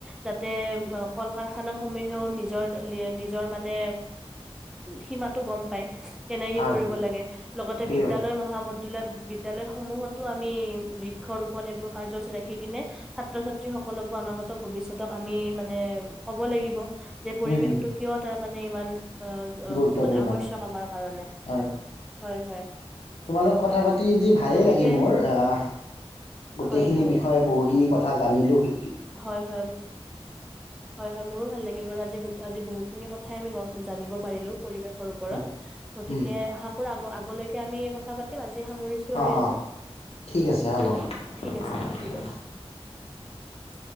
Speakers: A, in the centre; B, on the left (about 70°).
A: যাতে কল কাৰখানা সমূহেও নিজৰ নিজৰ মানে সীমাতো গম পায় কেনে
B: হয়
A: কৰিব
B: ঠিক
A: লাগে লগতে
B: ঠিকে
A: বিদালয়
B: কৈছে
A: <unintelligible> বিদ্য়ালয় সমূহতো আমি বৃক্ষ ৰোপন এইবোৰ কাৰ্যসূচী ৰাখি কিনে ছাত্ৰ ছাত্ৰী সকলক বা অনাগত ভৱিষ্যতক আমি মানে কব লাগিব <unintelligible> যে পৰিৱেশ
B: হুম হুম,
A: টো কিয় তাৰ মানে ইমান অ
B: গুৰুত্বপূৰ্ণ
A: মানে আৱশ্য়ক আমাৰ কাৰণে
B: হয়
A: হয় হয় <unintelligible>
B: তোমাৰ লগত কথা পাতি যি ভালেই
A: গতিকে
B: লাগিল মোৰ আহ গোটেইখিনি
A: হয় হয়
B: বিষয়ে বহুখিনি কথা জানিলো শিক
A: হয় হয় হয় হয় মোৰো ভাল লাগে। আজি বহুতখিনি কথাই আমি গম, জানিব পাৰিলো। পৰিৱেশৰ ওপৰত
B: হয়
A: গতিকে
B: হুম।
A: আশা কৰো আগ গলৈকে আমি কথা পাতিম আজি সামৰিছো
B: অ',
A: আৰু ইয়াতে।
B: অ', ঠিক আছে হ'ব।
A: অ', অ ঠিক আছে,
B: অ'
A: ঠিক আছে, অ।